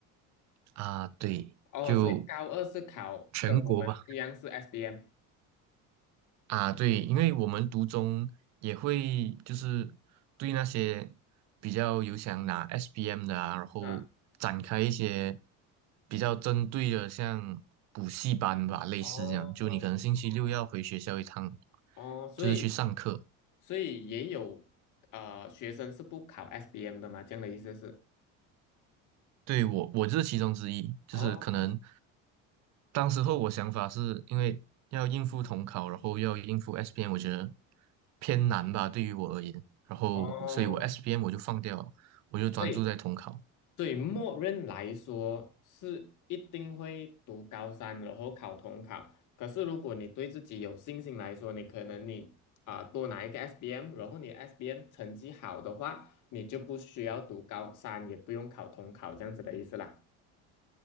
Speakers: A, on the right; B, on the left.
A: 啊，对，
B: 哦，
A: 就
B: 所以高二是考跟我们一样是
A: 全国吧。
B: SBM
A: 啊，对，因为我们读中也会就是对那些比较有想拿 SPM 的啊，然后展开一些
B: 啊，
A: 比较针对的，像补习班吧，类似这样。
B: 哦
A: 就你可能星期六要回学校一趟，
B: 哦，所以。
A: 就是去上课，
B: 所以也有呃学生是不考 SBM 的嘛？这样的意思是？
A: 对，我我就是其中之一，就是可能
B: 哦
A: 当时候我想法是因为要应付统考，然后要应付 SPM，我觉得偏难吧，对于我而言，然后所以我
B: 哦，
A: SPM 我就放掉了我就专注在统考。
B: 对，对，默认来说是一定会读高三，然后考统考。可是如果你对自己有信心来说，你可能你啊、多拿一个 SBM，然后你 SBM 成绩好的话，你就不需要读高三，也不用考统考这样子的意思啦。